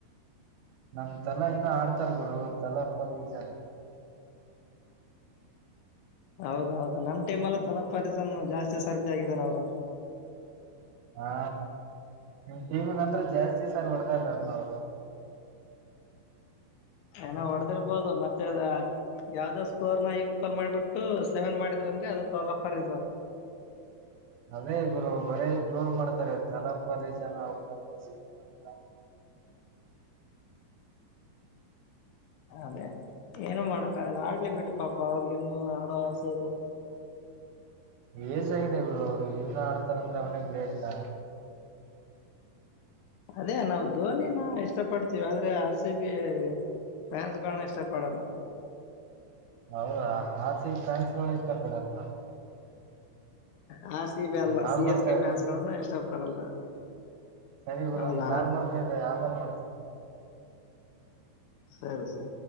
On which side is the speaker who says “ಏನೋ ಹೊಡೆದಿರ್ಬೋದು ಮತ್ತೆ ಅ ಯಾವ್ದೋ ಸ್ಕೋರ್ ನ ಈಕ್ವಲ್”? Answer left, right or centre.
Left